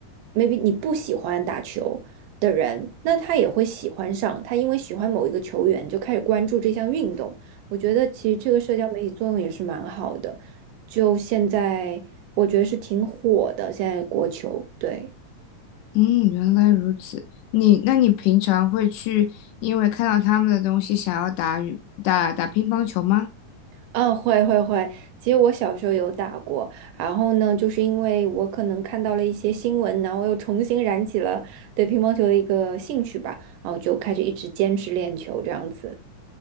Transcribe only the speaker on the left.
嗯，原来如此。你，那你平常会去因为看到他们的东西想要打羽打打乒乓球吗？